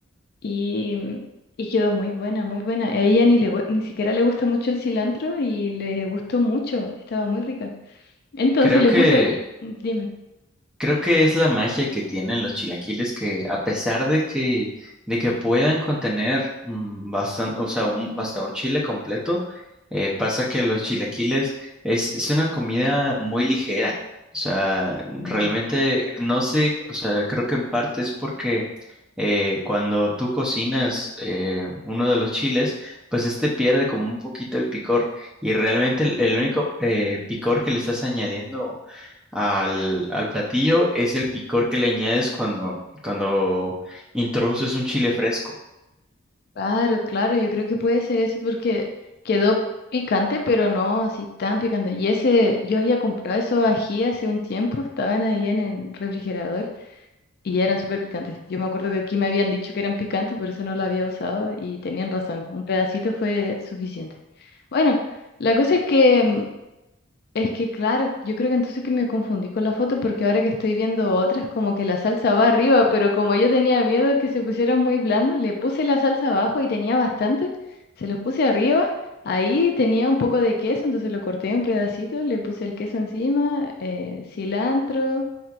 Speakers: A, on the left; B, in the centre.
A: Y, mm, y quedó muy buena, muy buena. A ella ni, le, gu- ni siquiera le gusta mucho el cilantro y le gustó mucho, estaba muy rica. Entonces
B: Creo
A: le
B: que...
A: puse, dime,
B: Creo que es la magia que tienen los chilaquiles que a pesar de que de que puedan contener bastante, o sea, un, hasta un chile completo, eh, pasa que los chilaquiles es, es una comida muy ligera. O sea, realmente
A: Mm.
B: no sé, o sea, creo que en parte es porque eh, cuando tú cocinas eh, uno de los chiles, pues este pierde como un poquito el picor y realmente el, el único eh, picor que le estás añadiendo al, al platillo es el picor que le añades cuando, cuando introduces un chile fresco.
A: claro, claro, yo creo que puede ser eso porque quedó picante, pero no así tan picante. Y ese, yo había comprado esos ají hace un tiempo, estaban ahí en el refrigerador. Y eran súper picantes. Yo me acuerdo que aquí me habían dicho que eran picantes, por eso no lo había usado y tenían razón. Un pedacito fue suficiente. Bueno, la cosa es que, mm, es que claro, yo creo que entonces que me confundí con la foto porque ahora que estoy viendo otras, como que la salsa va arriba, pero como yo tenía miedo que se pusieran muy blandos, le puse la salsa abajo y tenía bastante, se los puse arriba. Ahí tenía un poco de queso, entonces lo corté en un pedacito, le puse el queso encima, eh, cilantro,